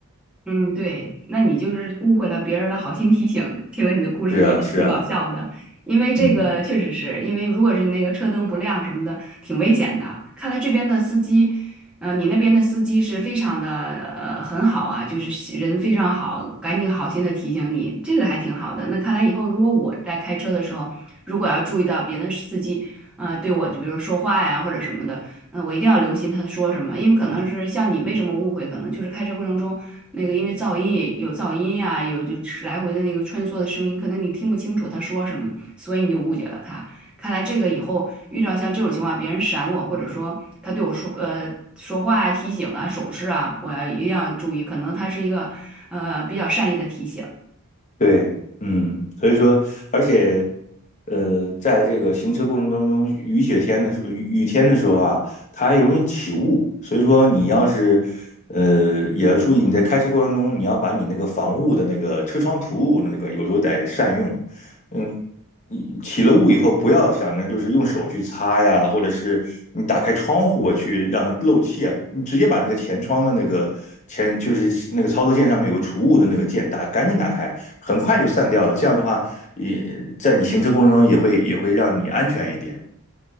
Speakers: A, in the centre; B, on the left.
A: 嗯，对，那你就是误会了别人的好心提醒，听了你的故事觉得挺搞笑的，
B: 是啊，是啊，
A: 因为这个确实是因为如果是那个车灯不亮什么的，
B: 嗯。
A: 挺危险的。看来这边的司机，呃，你那边的司机是非常的呃很好啊，就是人非常好，赶紧好心的提醒你，这个还挺好的。那看来以后如果我在开车的时候，如果要注意到别的司机，呃，对我就比如说话呀或者什么的。嗯，我一定要留心他说什么，因为可能是像你为什么误会，可能就是开车过程中那个因为噪音也有噪音呀、有就是来回的那个穿梭的声音，可能你听不清楚他说什么，所以你就误解了他。看来这个以后遇到像这种情况，别人闪我，或者说他对我说呃说话啊、提醒啊、手势啊，我要一定要注意，可能他是一个呃比较善意的提醒。
B: 对，嗯，所以说，而且，呃，在这个行车过程当中，雨雪天的时候，雨雨天的时候啊，它还容易起雾，所以说你要是，呃，也要注意你在开车过程中，你要把你那个防雾的那个车窗涂雾的那个，有时候得善用，嗯，你起了雾以后，不要想着就是用手去擦呀，或者是你打开窗户去让它漏气啊，你直接把那个前窗的那个前就是那个操作键上面有个除雾的那个键打，赶紧打开，很快就散掉了。这样的话，也在你行车过程中也会也会让你安全一点，